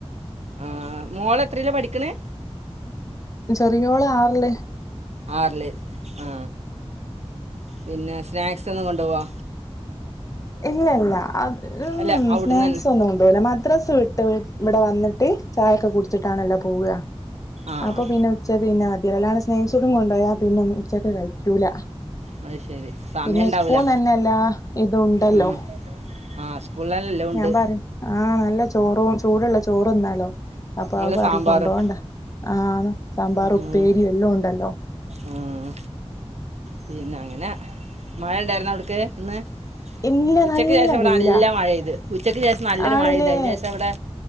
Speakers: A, on the right; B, on the left.
A: ആ മോള എത്രല്ലാ പഠിക്കണെ?
B: ചെറിയോള് ആറില്‌.
A: ആറില് ആ പിന്നെ സ്നാക്സ് ഒന്നും കൊണ്ടുവോ?
B: ഇല്ല ഇല്ല അത് ഉം
A: അല്ല അവിടുന്ന്
B: സ്നാക്സ്
A: തന്നെ
B: ഒന്നും കൊണ്ടോവൂല മദ്രാസ് വിട്ട ഇവിടെ വന്നിട്ട് ചായൊക്കെ കുടിച്ചിട്ടാണില്ല പോകാ
A: ആ
B: അപ്പൊ പിന്നെ. ഉച്ചക്ക് പിന്നെ മതിയല്ല അല്ലാണ് സ്നേക്സന്നും കൊണ്ടു പോയാ പിന്നെന്നും ഉച്ചക്ക് കഴിക്കൂല.
A: അത് ശരി സമയം
B: പിന്നെ
A: ഉണ്ടാവില്ല
B: സ്കൂന്ന് തന്നെയെല്ലാ. ഇത്ണ്ടല്ലോ
A: ഉം. ആ സ്കൂളിലെല്ലാം ഉണ്ട്
B: ഞാൻ പറയും. ആഹ നല്ല ചോറും ചൂടുള്ള ചോറന്നാലോ. അപ്പൊ
A: നല്ല
B: ആ പറി
A: സാമ്പാറും
B: കൊണ്ടുപോണ്ട ആഹ സാമ്പാറ
A: ഉം,
B: ഉപ്പേരിയും എല്ലാം ഉണ്ടല്ലോ.
A: ഉം പിന്നെ അങ്ങനെ മഴ ഇണ്ടായിരുന്നൊ അവിടക്ക് ഇന്ന്.
B: ഇല്ല
A: ഉച്ചക്ക്
B: നല്ല
A: ശേഷം അവിടെ
B: വെയിലാ
A: നല്ല മഴെയ്ത് ഉച്ചക്ക് ശേഷം നല്ലൊരു
B: ആണില്ലേ
A: മഴ്ത് അതിന് ശേഷം ഇവിടെ.